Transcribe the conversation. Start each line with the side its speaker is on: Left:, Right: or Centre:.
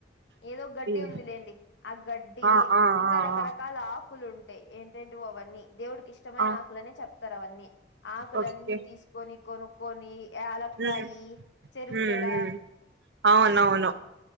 Left: ఏదో గడ్డి
Right: ఉమ్
Left: ఉంది లేండి గడ్డి
Right: ఆ ఆ
Left: ఇంకా
Right: ఆ
Left: రకరకాల
Right: ఆ
Left: ఆకులు ఉంటయ్ ఏంటేంటివో అవన్నీ దేవుడికి ఇ ష్టమైన
Right: ఆ
Left: ఆకులని చెప్తారు అవన్నీ ఆకులన్నీ
Right: ఓకే
Left: తీసుకొని కొనుక్కొని యలక్కాయి
Right: ఉమ్
Left: చెరుక్గడ
Right: ఉమ్ ఉమ్ అవునవును